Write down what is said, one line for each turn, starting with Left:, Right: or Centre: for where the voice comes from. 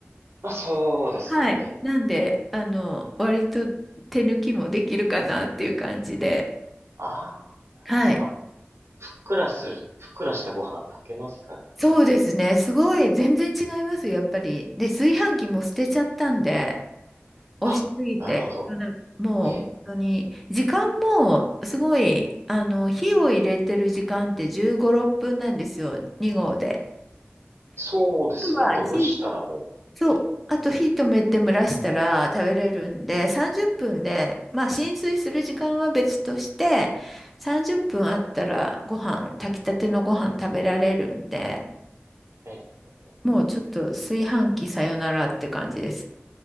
Right: まあ、そうですね。
Centre: <laughs> はい。
Right: ええ。
Centre: なんで、あの、割と手抜きもできるかなっていう感じで。
Right: ああ、
Centre: はい。
Right: まあ、ふっくらする、ふっくらしたご飯炊けますからね。
Centre: そうですね。すごい、全然違いますよ、やっぱり。で、炊飯器も捨てちゃったんで。美味しすぎて、
Right: あ、なるほど。
Centre: もう本当に、
Right: ええ。
Centre: 時間もすごい、あの、火を入れてる時間って15、6分なんですよ、2合で。
Right: そうですよね。
Centre: であとは火、
Right: あと蒸したらもう、
Centre: そう、
Right: ええ、
Centre: あと火止めて蒸らしたら食べれるんで、30分で、まあ浸水する時間は別として、30分あったらご飯、
Right: ええ、
Centre: 炊きたてのご飯食べられるんで、
Right: ええ。
Centre: もうちょっと炊飯器さよならって感じです。